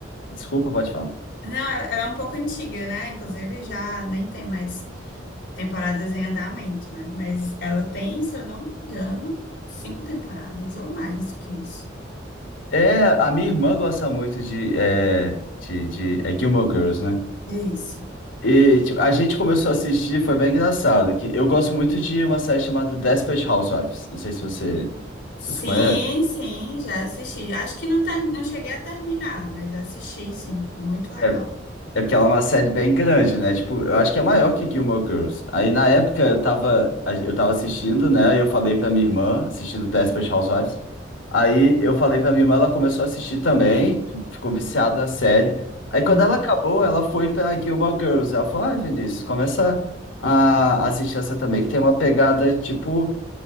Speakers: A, on the left; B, on the left.
A: Desculpa, pode falar.
B: Não, ela ela é um pouco antiga, né? Inclusive já nem tem mais temporadas em andamento, né? Mas ela tem, se eu não me engano, cinco temporadas ou mais do que isso.
A: É, a minha irmã gosta muito de, é, de, de é Gilmore Girls, né?
B: Isso.
A: E tipo, a gente começou a assistir, foi bem engraçado, que eu gosto muito de uma série chamada Desperate Housewives. Não sei se você,
B: Sim,
A: se você conhece.
B: sim, já assisti. Acho que não, ter- não cheguei a terminar, mas assisti, sim. Muito legal.
A: É, é porque ela é uma série bem grande, né? Tipo, eu acho que é maior que Gilmore Girls. Aí na época eu tava, a- eu tava assistindo, né? E eu falei pra minha irmã, assistindo Desperate Housewives. Aí eu falei pra minha irmã, ela começou a assistir também, ficou viciada na série. Aí quando
B: Hum.
A: ela acabou, ela foi pra Gilmore Girls. Ela falou, ai, Vinícius, começa a assistir essa também, que tem uma pegada, tipo